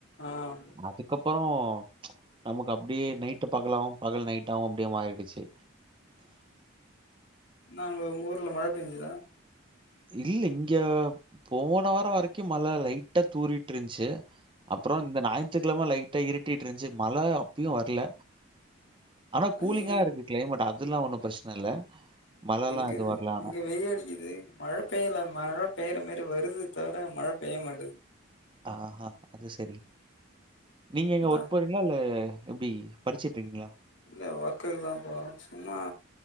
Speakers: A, on the left (about 60°); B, on the right (about 25°).
A: ஆஹ்
B: அதுக்கப்புறோ நமக்கு அப்டியே நைட் பகலாவு பகல் நைட்டாவு அப்டியே மாறிடுச்சு
A: இன்னாங்க உங்க ஊர்ல மழ பேஞ்சுதா
B: இல்ல இங்க போன வாரோ வரைக்கு மழ லைட்டா தூறிட்டுருன்ச்சி
A: ஆ,
B: அப்புறோ இந்த நாயித்துகிழம லைட் டா இருட்டிட்டுருன்சி மழ அப்பயு வரல ஆனா கூலிங்கா
A: அது
B: இருக் கிளைமேட் அதுலா ஒன்னு பிரச்சன இல்ல மழைலாம்
A: இங்க
B: எதுவும் வரல ஆனா.
A: இங்க வெயில் அடிக்குது மழ பெய்யல மழ பெய்ற மேரி வருது தவற மழ பெய்ய மாட்டுது
B: ஆஹ்ஹா அது சேரி நீங்க எங்க ஒர்க்
A: ஆ
B: பண் றீங்கலா இல்ல எப்டி படிச்சிட்டு இருக்கீங்லா
A: இல்ல ஒர்க்குக்கு தா போறோ சும்மா